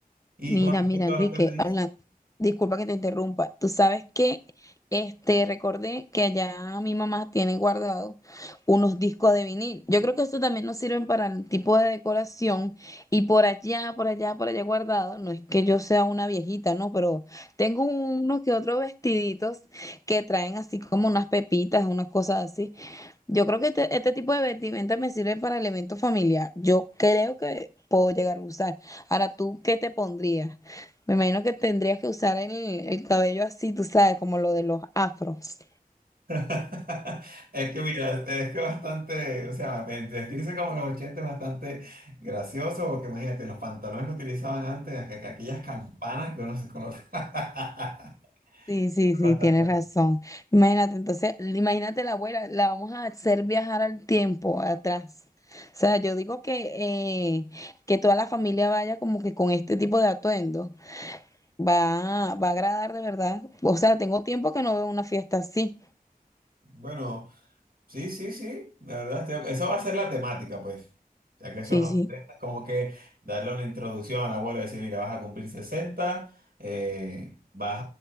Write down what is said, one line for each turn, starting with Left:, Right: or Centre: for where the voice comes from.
Right: Y
Left: Mira,
Right: con respecto
Left: mira, Enrique,
Right: a lo que me dices.
Left: habla, disculpa que te interrumpa. Tú sabes que este recordé que allá mi mamá tiene guardados unos discos de vinil. Yo creo que eso también nos sirven para el tipo de decoración y por allá, por allá, por allá guardado. No es que yo sea una viejita, no, pero tengo unos que otros vestiditos que traen así como unas pepitas, unas cosas así. Yo creo que este, este tipo de vestimenta me sirve para el evento familiar. Yo creo que puedo llegar a usar. Ahora, ¿tú qué te pondrías? Me imagino que tendrías que usar el, el cabello así, tú sabes, como lo de los afros.
Right: <laughs> Es que mira, es que bastante, o sea, vestirse como los 80 es bastante gracioso, porque imagínate, los pantalones que utilizaban antes, aqu- aqu- aquellas campanas que uno se colocaba.
Left: Sí, sí,
Right: <laughs>
Left: sí,
Right: Bastante.
Left: tienes razón. Imagínate, entonces, imagínate la abuela, la vamos a hacer viajar al tiempo, atrás. O sea, yo digo que, eh, que toda la familia vaya como que con este tipo de atuendo. Va, va a agradar de verdad. O sea, tengo tiempo que no veo una fiesta así.
Right: Bueno. Sí, sí, sí, la verdad, estoy eso va a ser la temática, pues, ya que
Left: Sí,
Right: son los
Left: sí.
Right: 60, es como que darle una introducción al abuelo, y decir, mira, vas a cumplir 60, eh, vas